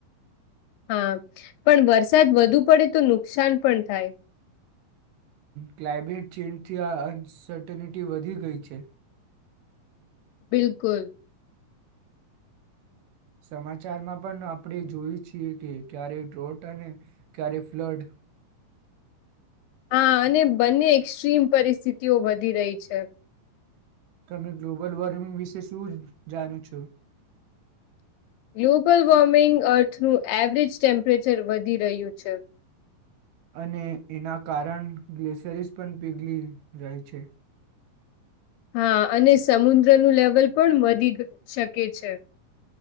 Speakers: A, on the left; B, on the right.
A: હા પણ વરસાદ વધુ પડે તો નુકસાન પણ થાય.
B: ક્લાઇમેટ ચેન્જથી આ અનસર્ટનિટી વધી ગઈ છે.
A: બિલકુલ.
B: સમાચારમાં પણ આપણે જોઈ છીએ કે ક્યારેક ડ્રોટ અને ક્યારેક ફ્લડ.
A: હા અને બંને એક્સ્ટ્રીમ પરિસ્થિતિઓ વધી રહી છે.
B: તમે ગ્લોબલ વોર્મિંગ વિશે શું જાણો છો.
A: ગ્લોબલ વોર્મિંગ અર્થનું એવરેજ ટેમ્પરેચર વધી રહ્યું છે.
B: અને એના કારણ ગ્લેસરીસ પણ પીગળી રહી છે.
A: હા અને સમુદ્રનું લેવલ પણ વધી ગ શકે છે.